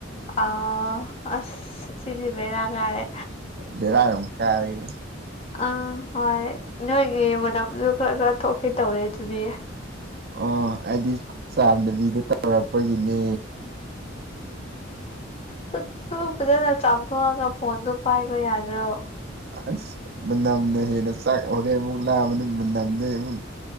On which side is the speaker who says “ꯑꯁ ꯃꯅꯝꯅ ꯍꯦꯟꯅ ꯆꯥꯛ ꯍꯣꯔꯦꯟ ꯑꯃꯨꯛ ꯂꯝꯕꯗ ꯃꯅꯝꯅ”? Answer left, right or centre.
Right